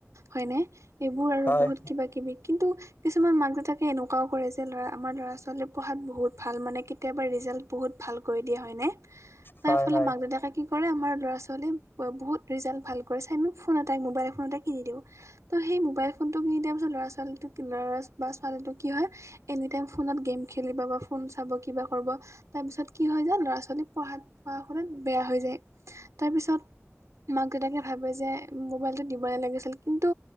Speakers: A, on the right; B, on the left.
A: হয়নে, এইবোৰ আৰু
B: হয়
A: বহুত কিবা কিবি কিন্তু কিছুমান মাক দেউতাকে এনেকুৱাও কৰে যে, ল'ৰা আমাৰ ল'ৰা-ছোৱালী পঢ়াত বহুত ভাল মানে কেতিয়াবা ৰিজাল্ট বহুত ভাল কৰি দিয়ে হয়নে, তাৰ
B: হয়
A: ফলত
B: হয়।
A: মাক দেউতাকে- কি কৰে আমাৰ ল'ৰা-ছোৱালীয়ে বহুত ৰিজাল্ট ভাল কৰিছে, আমি ফোন এটা মোবাইল ফোন এটাই কিনি দিওঁ। তো সেই মোবাইল ফোনটো কিনি দিয়াৰ পিছত ল'ৰা ছোৱালীটোক কিনা বা ছোৱালীটোক কি হয় এনি টাইম ফোনত গেম খেলিব বা ফোন চাব কিবা কৰব তাপিছত কি হৈ যায় ল'ৰা ছোৱালী পঢ়াত পঢ়া শুনাত বেয়া হৈ যায়। তাৰপিছত মাক দেউতাকে ভাবে যে মোবাইলটো দিব নেলাগিছিল কিন্তু